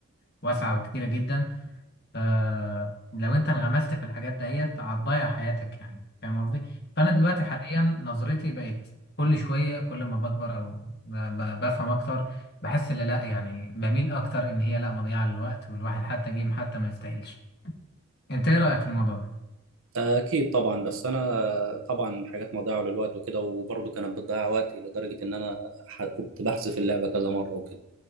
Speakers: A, on the left (about 50°); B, on the right (about 70°).
A: واسعة وكتيرة جدا فلو انت انغمست في الحاجات ديت هتضيع حياتك يعني فاهم قصدي فانا دلوقتي حاليا نظرتي بقت كل شويه كل ما بكبر او ب- ب- بفهم اكتر بحس ان لا يعني بميل اكتر ان هي لا مضيعه للوقت والواحد حتى جيم حتى ما يستاهلش انت ايه رايك في الموضوع ده
B: أكيد طبعا بس أنا طبعا حاجات مضيعة للوقت وكده وبرضه كانت بتضيع وقتي لدرجة إن أنا ح- كنت بحذف اللعبة كذا مرة وكده